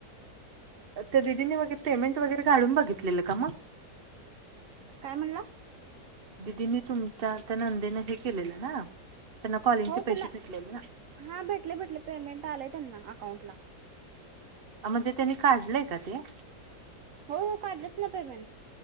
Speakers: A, on the right; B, on the right.
A: तर दिदीनी बघित पेमेंट वगैरे काढून बघितलेलं का मग?
B: काय म्हणला?
A: दिदीनी तुमच्या त्या नंदेनें हे केलेलं ना त्यांना कॉलिंगचे
B: हो त्याला
A: पैसे भेटलेले ना.
B: हा भेटले भेटले पेमेंट आलेय त्यांना अकाउंट ला.
A: म्हणजे त्यांनी काढलंय का ते?
B: हो काढलेत न पेमेंट.